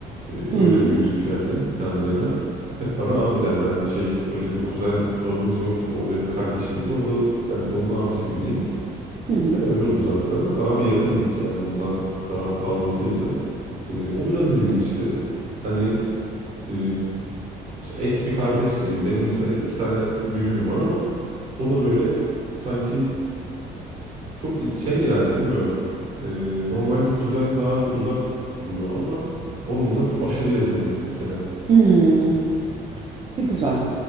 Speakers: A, on the right; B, on the right.
A: E, Öyle
B: hı hı
A: büyüdük yani yan yana. Hep bana abi derler. Yani şey öyle bir kuzen bağımız yok gibi. O benim kardeşim gibi. O da ben de onun abisi gibiyim.
B: hı. hı.
A: Yani öyle olur zaten ama daha bir yakındık yani ondan daha fazlasıydı. E, o biraz ilginçti. Hani e, ek bir kardeş gibi. Benim mesela iki tane büyüğüm var ama o da böyle sanki Çok i- şey yani bilmiyorum. Ee, normalde kuzen daha bir uzak duruyor ama onunla çok aşırı yakındık mesela.
B: Hmm, ne güzel.